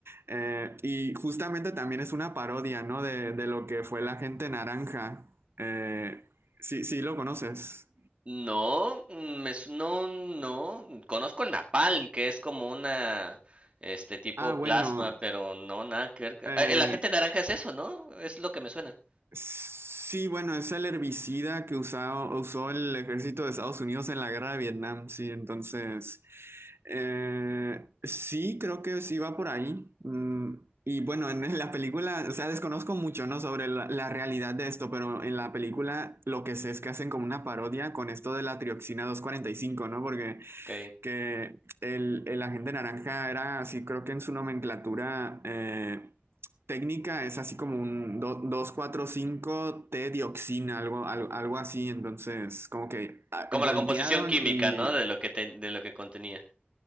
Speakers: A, on the right; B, on the right.
A: Eh, y justamente también es una parodia, ¿no? De, de lo que fue la gente naranja. Eh, sí, sí, lo conoces.
B: No, me es no, no. Conozco el napalm, que es como una, este tipo
A: Ah, bueno.
B: plasma, pero no, nada que ver.
A: Eh,
B: Ah, El agente naranja es eso, ¿no? Es lo que me suena.
A: Sí, bueno, es el herbicida que usaba- usó el ejército de Estados Unidos en la guerra de Vietnam, sí, entonces, eh, sí, creo que sí va por ahí. Mm, y bueno, en la película, o sea, desconozco mucho, ¿no? Sobre la, la realidad de esto, pero en la película lo que sé es que hacen como una parodia con esto de la trioxina doscientos cuarenta y cinco, ¿no? Porque
B: Ok.
A: que el, el agente naranja era así, creo que en su nomenclatura eh, técnica es así como un dos cuatro cinco t dioxina algo, al- algo así. Entonces, como que ah,
B: Como
A: voltearon
B: la composición química,
A: y,
B: ¿no? De lo que te- de lo que contenía.